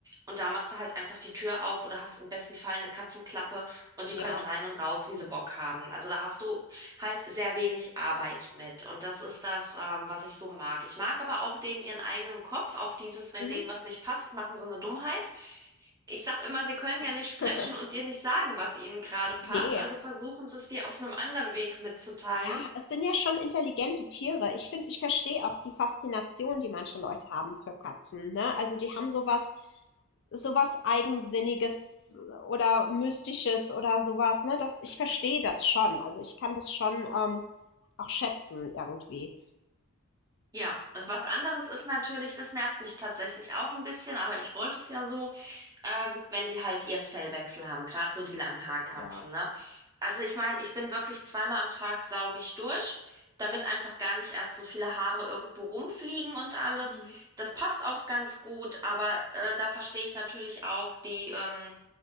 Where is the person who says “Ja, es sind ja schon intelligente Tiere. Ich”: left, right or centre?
Left